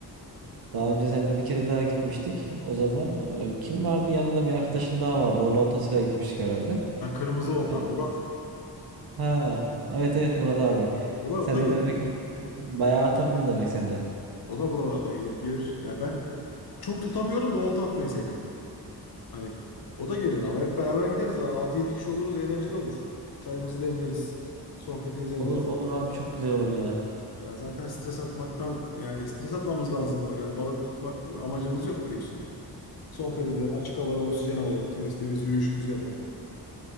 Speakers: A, on the right; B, on the left.
A: Daha önce seninle bir kere daha gitmiştik. O zaman e, kim vardı? Yanında bir arkadaşın daha vardı. Onun oltasıyla gitmiştik herhalde.
B: Ha, kırmızı olta
A: Ha,
B: Murat.
A: Ha, evet evet Murat abi.
B: O da
A: Sen
B: o da
A: de
B: gelir
A: demek
B: ya.
A: ki bayağı artırdın demek sen de.
B: O da buralarda gelir, gelir. Ya ben Çok tutamıyorum da olta atmayı seviyorum. Hani o da gelir ama hep beraber gideriz. Yani altı yedi kişi oluruz eğlenceli olur. Çayımızı demleriz. Sohbetimizi ederiz.
A: Olur olur abi çok güzel olur ya.
B: Ya zaten stres atmaktan yani stres atmamız lazım. Yani balık tutmak amacımız yok biliyorsun yani. Sohbet edelim, açık havada oksijen alalım, temiz temiz yürüyüşümüzü yapalım.